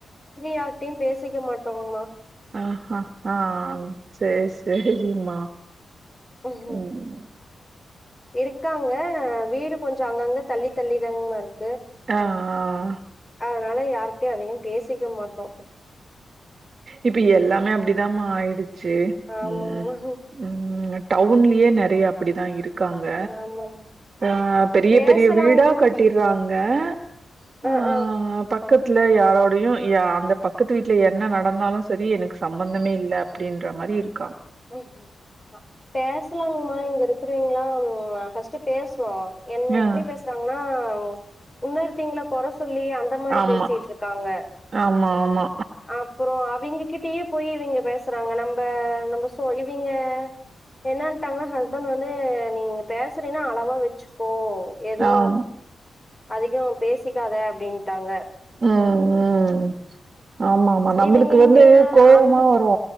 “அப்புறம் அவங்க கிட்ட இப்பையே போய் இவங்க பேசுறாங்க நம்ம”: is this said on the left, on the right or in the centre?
Left